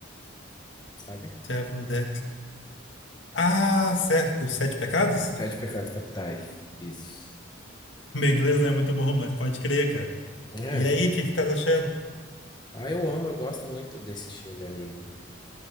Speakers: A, on the left (about 20°); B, on the left (about 70°).
A: sabe?
B: Seven Deadly. Ah, sério? Os Sete Pecados?
A: Sete Pecados Capitais. Isso.
B: <laughs> Meu inglês não é muito bom, mas pode crer, cara.
A: É.
B: E aí, o que que tá achando?
A: Ah, eu amo, eu gosto muito desse estilo de anime.